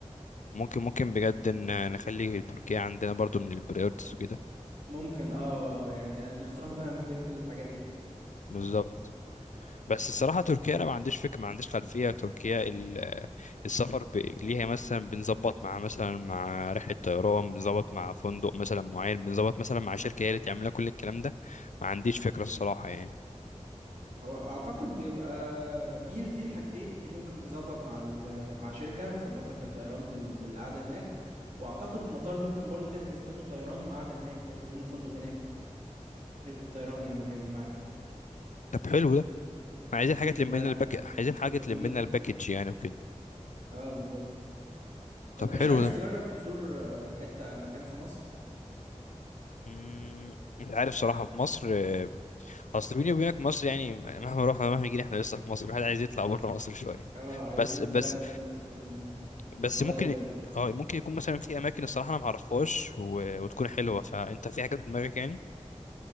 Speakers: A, on the left (about 80°); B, on the right (about 85°).
A: ممكن ممكن بجد ان نخلي تركيا عندنا برضو من البريورتس وكده
B: ممكن اه يعني نختار بقى من بين كل الحاجات دي
A: بالظبط بس الصراحة تركيا أنا ما عنديش فكرة ما عنديش خلفية تركيا ال- السفر ب... ليها مثلا بنظبط مع مثلا مع رحلة طيران بنظبط مع فندق مثلا معين بنظبط مثلا مع شركة هي اللي تعمل لنا كل الكلام ده ما عنديش فكرة الصراحة يعني
B: هو أعتقد بيبقى في ال- في الحاجتين في ممكن تظبط مع ال- مع شركة تظبط لك الطيران بال- بالقعدة هناك وأعتقد المطار ممكن برضو تحجز منه طيران وقعدة هناك تحجز منه فندق هناك شركة الطيران يعني اللي تعجز معاها
A: طب حلو ده احنا عايزين حاجة
B: امم
A: تلم لنا الباك
B: فتبقى
A: عايزين حاجة تلم
B: مريحة
A: لنا الباكج يعني وكده
B: اه بالظبط طب
A: طب
B: مش
A: حلو
B: عايز
A: ده
B: تجرب تزور آه، حتة مكان في مصر
A: مم، مش عارف صراحة في مصر آه، أصل بيني وبينك مصر يعني مهما رحنا مهما جينا احنا لسه في مصر الواحد عايز يطلع بره مصر شوية
B: اه عايزين
A: بس بس
B: فعلا زي ما انت بتقول ن-
A: بس
B: نغير
A: ممكن
B: جو
A: اه ممكن يكون مثلا في اماكن الصراحه انا معرفهاش و... وتكون حلوه فانت في حاجه في دماغك يعني